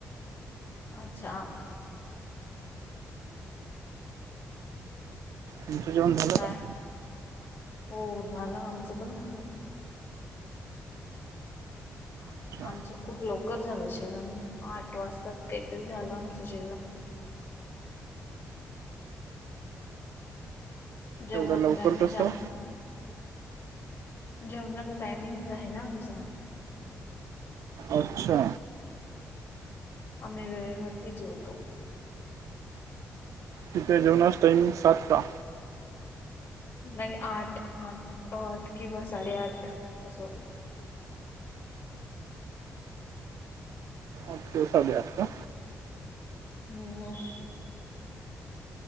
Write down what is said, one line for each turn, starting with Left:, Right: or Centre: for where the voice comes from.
Left: अच्छा,,
Right: तुमच जेवन झालं
Left: काय?
Right: का?
Left: हो, झालं, आमचं पण झालं. ह
Right: अच्छा
Left: आमचं खूप लवकर झालं जेवण,, आठ वाजताच काहीतरी झालं आमचं जेवण. जेवणाच
Right: एवढं लवकर
Left: टायमिंग
Right: कसं
Left: आहे. जेवणाच टायमिंग आहे ना आमच.
Right: अच्छा,
Left: आम्ही वेळेवरती जेवतो.
Right: किती हाय जेवणाच टाइमिंग सातचा?
Left: नाही आठ, आठ, आठ किंवा साडेआठ असं.
Right: आठ किंवा साडे आठ का?
Left: हो, मग